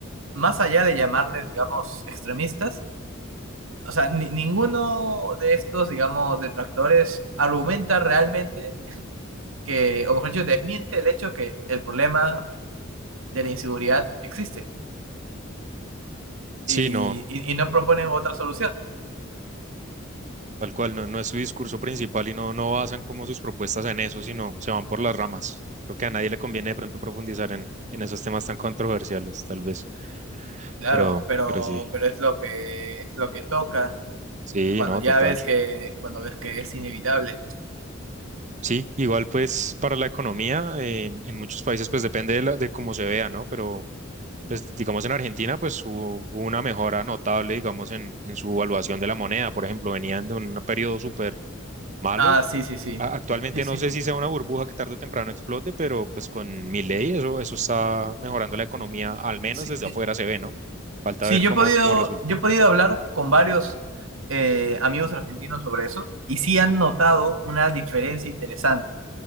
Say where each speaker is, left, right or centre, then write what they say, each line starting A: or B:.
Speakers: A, on the right; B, on the right.
A: más allá de llamarles, digamos, extremistas, o sea, ni- ninguno de estos, digamos, detractores argumenta realmente que, o mejor dicho, desmiente el hecho que el problema de la inseguridad existe
B: sí,
A: y,
B: no.
A: y- y no proponen otra solución.
B: Tal cual, no, no es su discurso principal y no, no basan como sus propuestas en eso, sino se van por las ramas. Creo que a nadie le conviene de pronto profundizar en, en esos temas tan controversiales, tal vez.
A: Claro,
B: Pero,
A: pero,
B: pero sí,
A: pero es lo que, es lo que toca.
B: sí,
A: Cuando
B: no,
A: ya
B: total.
A: ves que, cuando ves que es inevitable.
B: Sí, igual pues para la economía, eh, en, en muchos países pues depende de, la- de cómo se vea, ¿no? Pero pues digamos en Argentina pues hubo hubo una mejora notable, digamos, en, en su evaluación de la moneda. Por ejemplo, venían de un periodo súper malo
A: Ah, sí, sí, sí.
B: a- actualmente
A: Sí, sí.
B: no sé si sea una burbuja que tarde o temprano explote, pero pues con mi ley eso, eso está mejorando la economía, al menos
A: Sí,
B: desde
A: eh,
B: afuera se ve, ¿no? Falta
A: sí,
B: ver
A: yo
B: cómo,
A: he podido,
B: cómo resulte.
A: yo he podido hablar con varios eh, amigos argentinos sobre eso y sí han notado una diferencia interesante.